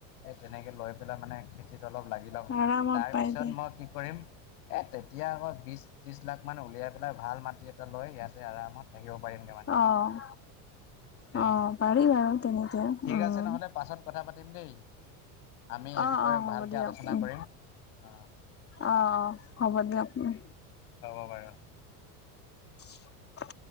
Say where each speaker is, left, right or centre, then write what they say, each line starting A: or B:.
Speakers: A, on the left; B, on the left.
A: এই তেনেকে লৈ পেলাই মানে খেতিত অলপ লাগি ল'ম,
B: আৰামত
A: তাৰপিছত
B: পাই যায়
A: মই কি কৰিম এ তেতিয়া আকৌ বিশ ত্ৰিশ লাখ মান উলিয়াই পেলাই ভাল মাটি এটা লৈ ইয়াতে আৰামত থাকিব পাৰিম। <unintelligible>
B: অ
A: দেই,
B: অ', পাৰি বাৰু তেনেকে
A: ঠিক
B: উম,
A: আছে নহ'লে পাছত কথা পাতিম দেই। আমি এই
B: অহ',
A: বিষয়ে
B: অহ' হ'ব
A: ভালকৈ
B: দিয়ক।
A: আলোচনা
B: উম,
A: কৰিম অ
B: অহ', অহ' হ'ব দিয়ক উম।
A: হ'ব বাৰু।
B: <unintelligible>